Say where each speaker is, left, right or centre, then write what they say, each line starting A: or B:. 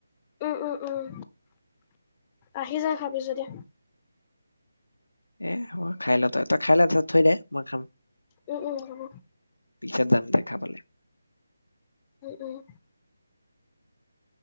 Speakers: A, on the left; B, on the left.
A: উম! উম! উম! আহি যা খাবি যদি।
B: এ খাই ল তই তই খাই ল তাৰপিচত থৈ দে। মই খাম
A: উম উম হব।
B: পিছত যাম দে খাবলে।
A: উম উম